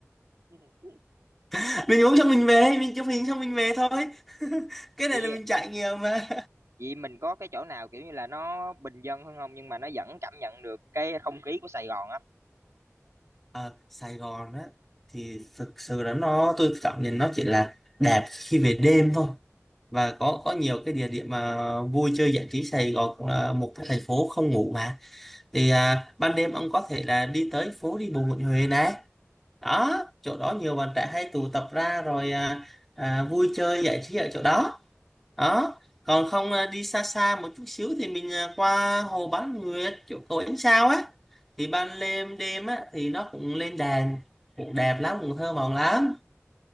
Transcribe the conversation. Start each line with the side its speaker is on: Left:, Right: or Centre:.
Right: <laughs>
Centre: <laughs> mình uống xong mình về mình chụp hình xong mình về thôi <laughs> cái này
Right: Vậy
Centre: là mình trải nghiệm mà
Right: vậy mình có cái chỗ nào kiểu như là nó bình dân hơn không nhưng mà nó vẫn cảm nhận được cái không khí của Sài Gòn á?
Centre: Ờ, Sài Gòn á thì thực sự là nó tôi cảm nhận nó chỉ là đẹp khi về đêm thôi và có có nhiều cái địa điểm mà vui chơi giải trí Sài Gòn cũng là một cái thành phố không ngủ mà thì à, ban đêm ông có thể là đi tới phố đi bộ Nguyễn Huệ này đó chỗ đó nhiều bạn trẻ hay tụ tập ra rồi à, à, vui chơi giải trí ở chỗ đó đó còn không à, đi xa xa một chút xíu thì mình à, qua hồ Bán Nguyệt chỗ cầu ánh sao á thì ban đêm đêm á thì nó cũng lên đèn cũng đẹp lắm cũng thơ mộng lắm